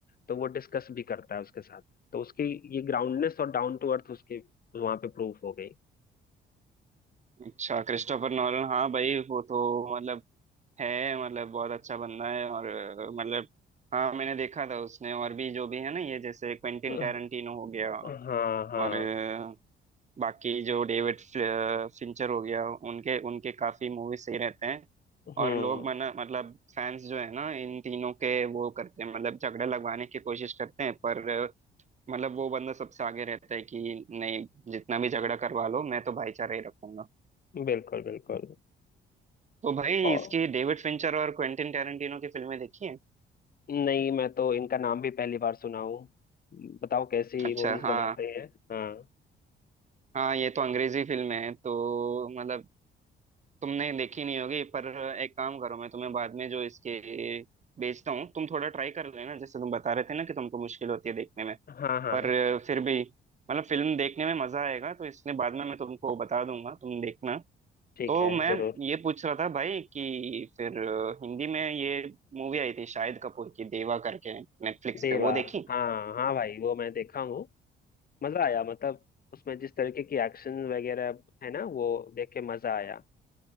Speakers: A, on the left (about 50°); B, on the right (about 35°).
A: तो वो डिस्कस भी करता है उसके साथ तो उसकी ये ग्राउंडनेस और डाउन टू अर्थ उसकी वहां पे प्रूफ हो गई
B: अच्छा क्रिस्टोफर नॉलन हाँ भाई वो तो मतलब है मतलब बहुत अच्छा बंदा है और अ, मतलब हाँ मैंने देखा था उसने और भी जो भी है ना ये जैसे क्वेंटिन
A: हाँ
B: टैरेंटिनो हो गया
A: हाँ
B: और अ, बाकी जो डेविड फ्ल- फिंचर हो गया उनके उनके काफी मूवी सही रहते हैं
A: हम्म
B: और लोग मना मतलब फैंस जो है ना इन तीनों के वो करते हैं मतलब झगड़ा लगवाने की कोशिश करते हैं पर अ, मतलब वो बंदा सबसे आगे रहता है कि नहीं जितना भी झगड़ा करवा लो मैं तो भाईचारा ही रखूंगा
A: बिल्कुल बिल्कुल
B: तो भाई
A: और
B: इसकी डेविड फिंचर और क्वेंटिन टेरेंटिनो की फिल्में देखी हैं
A: नहीं मैं तो इनका नाम भी पहली बार सुना हूँ बताओ कैसी
B: अच्छा
A: मूवीज
B: हाँ
A: बनाते हैं हाँ
B: हाँ ये तो अंग्रेजी फिल्म है तो मतलब तुमने देखी नहीं होगी पर एक काम करो मैं तुम्हें बाद में जो इसके भेजता हूँ तुम थोड़ा ट्राई कर लेना जैसे तुम बता रहे थे ना कि तुमको मुश्किल होती है देखने में
A: हाँ हाँ
B: पर फिर भी मतलब फिल्म देखने में मजा आएगा तो इसलिए बाद में मैं तुमको बता दूंगा तुम देखना
A: ठीक
B: तो
A: है
B: मैं
A: जरूर
B: ये पूछ रहा था भाई कि फिर हिंदी में ये मूवी आई थी शाहिद कपूर की देवा करके नेटफ्लिक्स
A: देवा
B: पे वो देखी
A: हाँ हाँ भाई वो मैं देखा हूँ मजा आया मतलब उसमें जिस तरीके की एक्शन वगैरह है ना वो देख के मजा आया